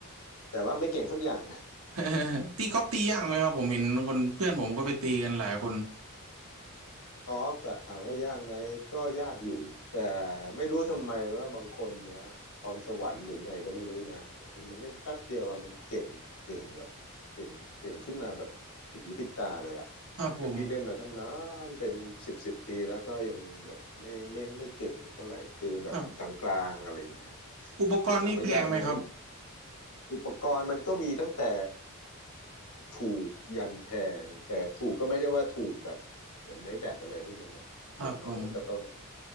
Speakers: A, on the left; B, on the right.
A: แต่ว่าไม่เก่งสักอย่าง
B: <laughs> ตีกอล์ฟตียากไหมครับผมเห็นคนเพื่อนผมก็ไปตีกันหลายคน
A: กอล์ฟอะถามว่ายากไหมก็ยากอยู่แต่ไม่รู้ทำไมว่าบางคนนะพรสวรรค์หรือไงก็ไม่รู้นะบางคนมันเล่นแป๊บเดียวอะมันเก่งเก่งแบบเก่งเก่งขึ้นมาแบบผิดหูผิดตาเลยอะ
B: ครับผม
A: แต่พี่เล่นมาตั้งนานเป็นสิบสิบปีแล้วก็ยังแบบไม่ไม่ไม่เก่งเท่าไหร่คือแบบกลางๆอะไรอย่างเงี้ย
B: ครับอุปกรณ์นี่แพงไหมครับ
A: แต่ถามว่ายากไหม อุปกรณ์มันก็มีตั้งแต่ถูกยันแพงแต่ถูกก็ไม่ได้ว่าถูกแบบเหมือนไม้แบตอะไรพวกนั้นนะอย่างน้อยมันก็ต้อง
B: ครับผม